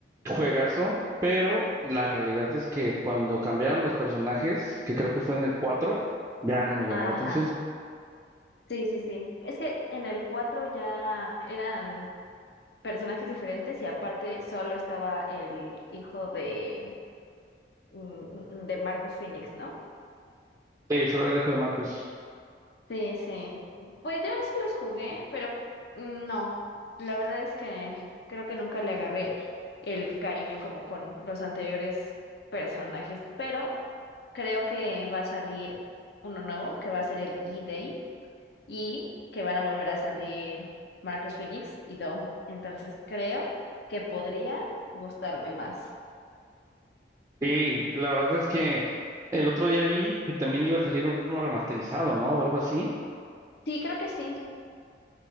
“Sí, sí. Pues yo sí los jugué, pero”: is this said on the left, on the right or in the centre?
Left